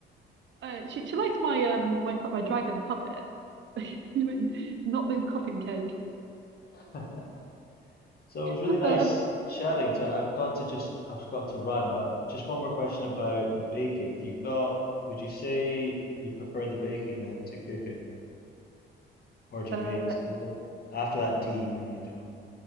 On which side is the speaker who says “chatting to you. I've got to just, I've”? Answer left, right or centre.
Left